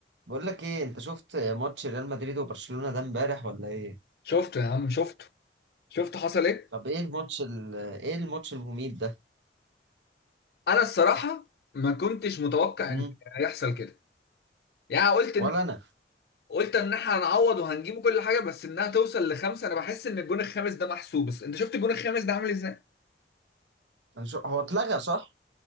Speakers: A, on the right (about 85°); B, on the left (about 60°).
A: بقول لك ايه انت شفت ماتش ريال مدريد وبرشلونة ده امبارح ولا ايه
B: شفته يا عم شفته شفت حصل ايه
A: طب ايه الماتش ال... ايه الماتش المميت ده
B: انا الصراحه ما كنتش متوقع
A: مم.
B: ان هيحصل كده يعني قلت
A: ولا
B: ان
A: انا
B: قلت ان احنا هنعوض وهنجيبه كل حاجه بس انها توصل لخمسه انا بحس ان الجون الخامس ده محسوب بس انت شفت الجون الخامس ده عامل ازاي
A: أنا شو... هو اتلغى صح